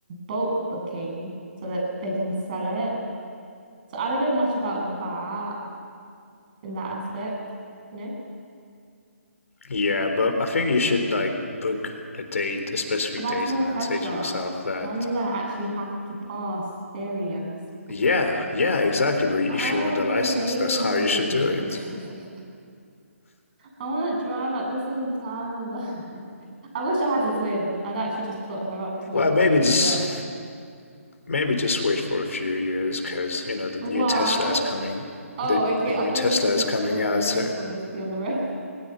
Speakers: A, on the right (about 35°); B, on the left (about 65°).
A: bulk booking so that they can sell it. So I don't know much about that in that aspect, you know?
B: Yeah, but I think you should like book a date, a specific
A: But that's
B: date,
A: more
B: and
A: pressure.
B: then say to yourself that,
A: That means I actually have to pass theory and s-
B: yeah, yeah, exactly. But if
A: but I
B: you
A: like
B: want the
A: being
B: license,
A: lazy.
B: that's how you should do it.
A: <laughs> I want to drive at the same time though. <laughs> I wish I had a twin. I'd actually just put her up to
B: Well,
A: it,
B: maybe
A: like
B: just
A: do it.
B: maybe just wait for a few years because you know the
A: Why?
B: new Tesla is coming.
A: Oh,
B: The,
A: okay.
B: the new
A: I thought you
B: Tesla
A: were gonna say because
B: is coming
A: it wouldn't
B: out.
A: be safe
B: So
A: for me to be on the road,